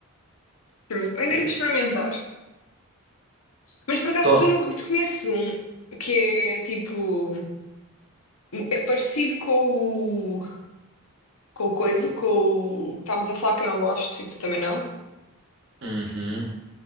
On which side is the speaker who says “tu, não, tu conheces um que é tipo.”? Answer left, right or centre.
Left